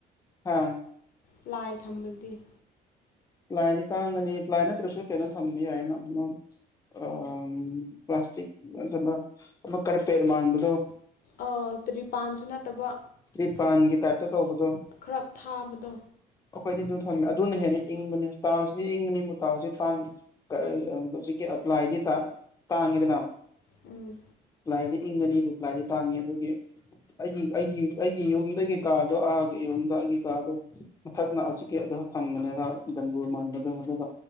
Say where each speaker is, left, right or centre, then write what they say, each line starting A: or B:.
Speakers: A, on the left; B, on the left.
A: ꯍꯥ
B: ꯄ꯭ꯂꯥꯏ ꯊꯝꯕꯗꯤ
A: ꯄ꯭ꯂꯥꯏꯗꯤ ꯇꯥꯡꯒꯅꯤ ꯄ꯭ꯂꯥꯏ ꯅꯠꯇ꯭ꯔꯁꯨ ꯀꯩꯅꯣ ꯊꯝꯕ ꯌꯥꯏꯅ ꯑꯃ ꯑ ꯄ꯭ꯂꯥꯁꯇꯤꯛ ꯅꯠꯇꯕ ꯑꯃ ꯀꯥꯔꯄꯦꯗ ꯃꯥꯟꯕꯗꯣ
B: ꯑ ꯇꯔꯤꯄꯥꯟꯁꯨ ꯅꯠꯇꯕ
A: ꯇ꯭ꯔꯤꯄꯥꯟꯒꯤ ꯇꯥꯏꯞꯇ ꯇꯧꯕꯗꯣ
B: ꯈꯔ ꯊꯥꯕꯗꯣ
A: ꯑꯩꯈꯣꯏꯗꯤ ꯑꯗꯨ ꯊꯝꯃꯦ ꯑꯗꯨꯅ ꯍꯦꯟꯅ ꯏꯪꯕꯅꯦ ꯇꯥꯏꯜꯁꯗꯤ ꯏꯪꯒꯅꯤꯕꯨ ꯇꯥꯏꯜꯁꯗꯤ ꯇꯥꯡ <unintelligible> ꯍꯧꯖꯤꯛꯀꯤ ꯑ ꯄ꯭ꯂꯥꯏꯗꯤ ꯇꯥꯡ ꯇꯥꯡꯉꯤꯗꯅ
B: ꯎꯝ
A: ꯄ꯭ꯂꯥꯏꯗꯤ ꯏꯪꯒꯅꯤꯕꯨ ꯄ꯭ꯂꯥꯏꯗꯤ ꯇꯥꯡꯉꯦ ꯑꯗꯨꯒꯤ ꯑꯩꯒꯤ ꯑꯩꯒꯤ ꯑꯩꯒꯤ ꯌꯨꯝꯗꯒꯤ ꯀꯥꯗꯣ ꯑꯥꯒꯤ ꯌꯨꯝꯗ ꯑꯩꯒꯤ ꯀꯥꯗꯣ ꯃꯊꯛꯅ ꯍꯧꯖꯤꯛꯀꯤ ꯑꯗꯨ ꯊꯝꯕꯅꯦꯕ ꯗꯝꯕꯨꯔ ꯃꯟꯥꯟꯕꯗꯣ ꯑꯗꯨꯒ